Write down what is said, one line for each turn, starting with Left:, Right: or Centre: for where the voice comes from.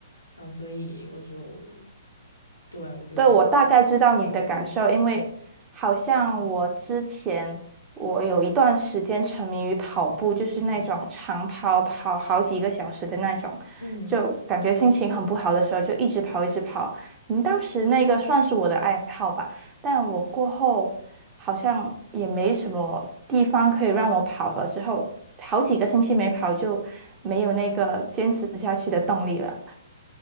Left: 然后所以我就，对，我就喜欢。
Right: 对，我大概知道你的感受，因为好像我之前我有一段时间沉迷于跑步，就是那种长跑，跑好几个小时的那种，
Left: 嗯。
Right: 就感觉心情很不好的时候就一直跑，一直跑。嗯，当时那个算是我的爱好吧，但我过后好像也没什么地方可以让我跑了，之后好几个星期没跑就没有那个坚持下去的动力了。